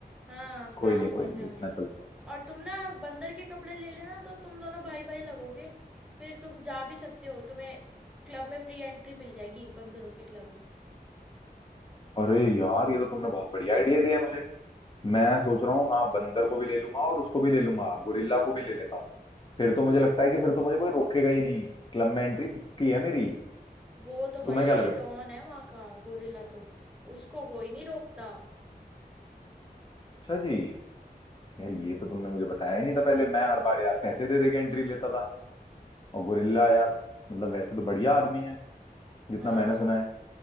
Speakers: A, in the centre; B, on the left (about 30°).
A: हाँ
B: कोई
A: काम
B: नहीं
A: बहुत
B: कोई नहीं
A: है
B: इतना
A: उन्हें
B: चलता
A: और तुम ना बंदर के कपड़े ले लेना तो तुम दोनों भाई भाई लगोगे फिर तुम जा भी सकते हो तुम्हें क्लब में फ्री एंट्री मिल जाएगी बंदरों के क्लब में
B: है। अरे यार ये तो तुमने बहुत बढ़िया आइडिया दिया है मुझे मैं सोच रहा हूँ हाँ बंदर को भी ले लूंगा और उसको भी ले लूंगा गोरिल्ला को भी ले लेता हूँ फिर तो मुझे लगता है कि फिर तो मुझे कोई रोकेगा ही नहीं क्लब में एंट्री पक्की है मेरी
A: वो तो
B: तुम्हें
A: भाई
B: क्या लग रहा
A: डॉन है वहां का गोरिल्ला तो उसको कोई नहीं रोकता
B: है अच्छा जी
A: हम्म
B: यार ये तो तुमने मुझे बताया ही नहीं था पहले मैं हर बार यार पैसे दे दे के एंट्री लेता था और गोरिल्ला यार मतलब वैसे तो बढ़िया आदमी है जितना
A: हाँ
B: मैंने सुना है